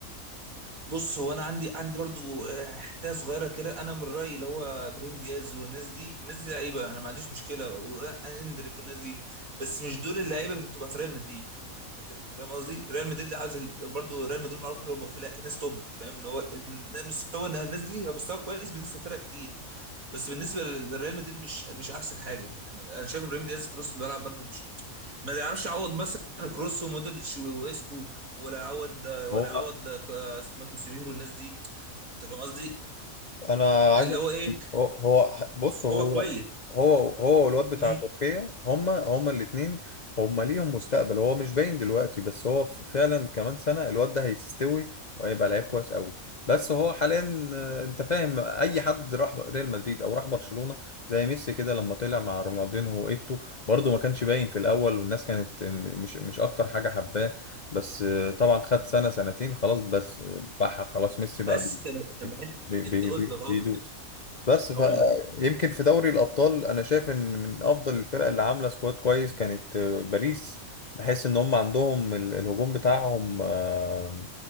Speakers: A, on the right; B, on the left.
A: بص هو انا عندي عندي برضو آه، حته صغيره كده انا من رايي اللي هو ابراهيم دياز والناس دي الناس دي لعيبه انا ما عنديش مشكله واندريك والناس دي بس مش دول اللعيبه اللي بتبقى في ريال مدريد انت فاهم قصدي ريال مدريد عايز ال- برضو ريال مدريد معروف إنه بيبقى فيه ناس توب فاهم ان هو إن مستوى الناس دي هو مستوى كويس بالنسبه لفرق كتير بس بالنسبه للريال مدريد مش مش احسن حاجه يعني انا شايف ابراهيم دياز في نص الملعب برده مش ما يعرفش يعوض مثلا كروس ومودريتش واسكو ولا يعوض ولا
B: هو
A: يعوض كا- اسمه كاسيميرو والناس دي انت فاهم قصدي
B: انا
A: اللي
B: عايز أقول-
A: هو ايه
B: هو هو بص هو
A: هو كويس
B: هو هو والواد بتاع
A: مم.
B: تركيا هما هما الاثنين هما ليهم مستقبل هو مش باين دلوقتي بس هو ف- فعلا كمان سنة الواد ده هيستوي وهيبقى لعيب كويس قوي بس هو حاليا آه، انت فاهم اي حد راح ريال مدريد او راح برشلونة زي ميسي كده لما طلع مع رونالدينو وايتو برضه ما كانش باين في الاول والناس كانت آه، م- مش مش اكتر حاجة حباه بس آه، طبعا خد سنة سنتين خلاص بس آه، بقى خلاص ميسي بقى
A: بس
B: بي-
A: كان كان انت
B: بي بي
A: انت قلت
B: بي
A: اهو
B: بيدوس
A: كنت
B: بس فيمكن
A: هقول لك
B: في دوري الأبطال أنا شايف إن من أفضل الفرق اللي عاملة سكواد كويس كانت آه، باريس بحيث إن هم عندهم ال- الهجوم بتاعهم آه،